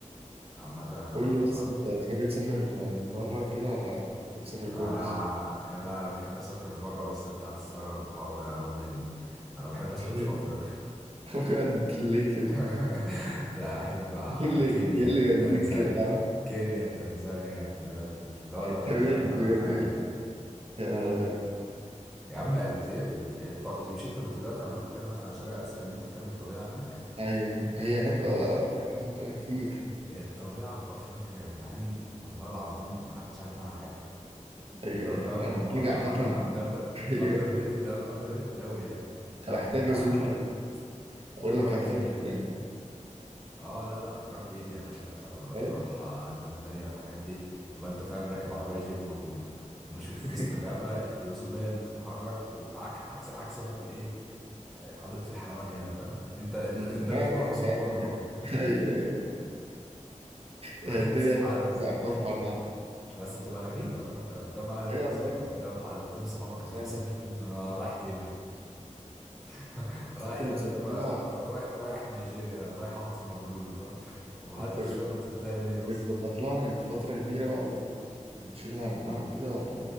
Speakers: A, in the centre; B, on the right (about 50°).
A: عامه انا
B: قول لي بس
A: فاهمك
B: انت بتحب تسافر بره وكده ولا بتسافر جوه
A: انا
B: بس
A: يعني انا بحب اسافر بره بس انت هتستغرب الحوار ده قوي مني انا بحب اسافر
B: <laughs>
A: في افريقيا
B: بجد ليه كده
A: <laughs> لا أحب
B: ايه اللي
A: كينيا
B: ايه اللي يوديك
A: تنزانيا
B: كده يا عم
A: كينيا تنزانيا البلاد دي لا لو
B: بجد
A: محدش عارف عنها
B: بجد
A: حاجة
B: بجد
A: ده
B: يا نهار ابيض
A: يا عم بت... ي- طب مش انت بت- دلوقتي عمال تتكلم مثلا عن شرق آسيا ان انت تحب الطبيعة هناك
B: ايوه ايوه هي هناك اه آه،
A: الت-
B: آه، افريقيا فيها طبيعة كتير
A: الطبيعة في أفريقيا يا جدعان والله العظيم محدش عارف عنها حاجة
B: ايوه
A: انت فاهم
B: ايوه انا محتاج
A: مهدور
B: عامة
A: حقها
B: <laughs>
A: بجد
B: ايوه
A: اندر ريتد اندر ريتد قوي يعني
B: أنا محتاج
A: اه
B: ازور
A: أحب
B: اقول
A: أروح
B: لك أنا
A: كينيا
B: محتاج ازور يعني
A: اه لا لا تروح كينيا يا باشا مثلا ولا
B: ايوه
A: تروح آه، تنزانيا والحاجات دي تبقى انت فاهم راكب عربيه جيب و- وماشي
B: <laughs>
A: في وسط غابه الاسود هي اللي بتتحرك وعكس عكس عكس مثلا ايه آه، حديقه الحيوان هنا فاهم انت انت
B: أمم.
A: انت
B: لا،
A: اللي في القفص
B: لا،
A: وهم
B: لا.
A: اللي بره
B: ايوه ايوه هي
A: <laughs>
B: الدنيا
A: بتتحرك
B: صعبة في الحوار ده عامة.
A: بس بتبقى غريبه فاهم انت قدام اهلك
B: ايوه
A: مثلا
B: بجد.
A: ولا قدام حد قدام صحابك
B: صعبة
A: انت مسافر فين انا رايح كينيا <laughs>
B: بس
A: رايح
B: انت بتظبط لها
A: رايح رايح نيجيريا رايح اقعد في مابولولو فاهم ومحدش
B: انت بت-
A: فاهم انت بتعمل ايه
B: بتظبط
A: اصلا
B: لها من فترة كبيرة بقى و... وبتشيل همها وكده ولا